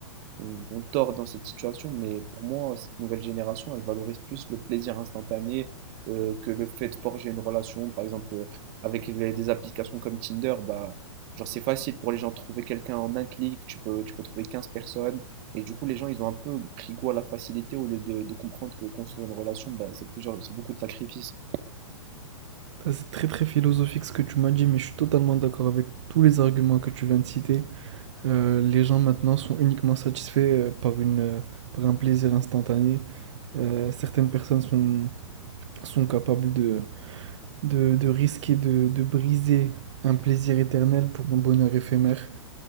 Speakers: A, on the right (about 35°); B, on the right (about 65°).
A: on, on tord dans cette situation, mais pour moi, cette nouvelle génération, elle valorise plus le plaisir instantané euh, que le fait de forger une relation. Par exemple, euh, avec les- des applications comme Tinder, bah, genre c'est facile pour les gens de trouver quelqu'un en un clic, tu peux, tu peux trouver 15 personnes. Et du coup, les gens, ils ont un peu pris goût à la facilité au lieu de, de comprendre que construire une relation, bah, c'est plusieurs, c'est beaucoup de sacrifices.
B: Ça, C'est très très philosophique ce que tu m'as dit, mais je suis totalement d'accord avec tous les arguments que tu viens de citer. Euh, les gens maintenant sont uniquement satisfaits euh, par une, euh, par un plaisir instantané. Euh, certaines personnes sont, sont capables de, de, de risquer de, de briser un plaisir éternel pour un bonheur éphémère.